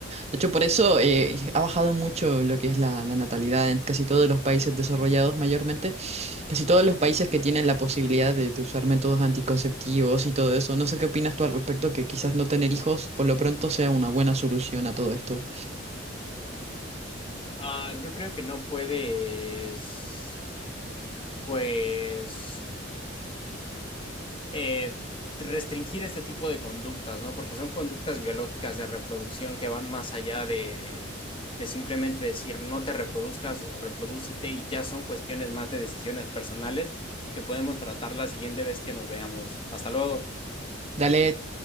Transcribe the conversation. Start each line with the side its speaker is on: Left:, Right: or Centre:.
Right: De hecho, por eso eh, ha bajado mucho lo que es la, la natalidad en casi todos los países desarrollados mayormente. Casi todos los países que tienen la posibilidad de, de usar métodos anticonceptivos y todo eso, no sé qué opinas tú al respecto, que quizás no tener hijos por lo pronto sea una buena solución a todo esto.
Left: Ah, yo creo que no puedes, pues, eh, restringir este tipo de conductas, ¿no? Porque son conductas biológicas de reproducción que van más allá de, de simplemente decir no te reproduzcas o reprodúcete y ya son cuestiones más de decisiones personales que podemos tratar la siguiente vez que nos veamos. Hasta luego.
Right: Dale